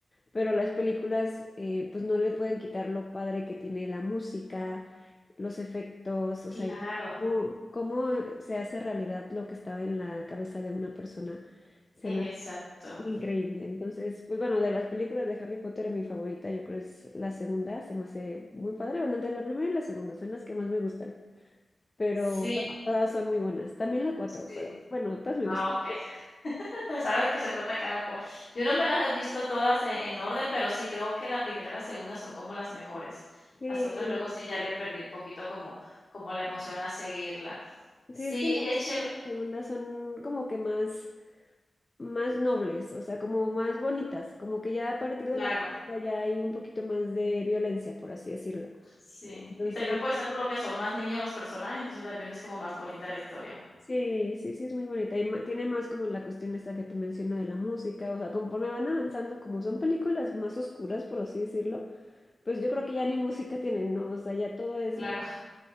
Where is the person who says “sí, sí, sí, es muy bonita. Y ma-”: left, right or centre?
Left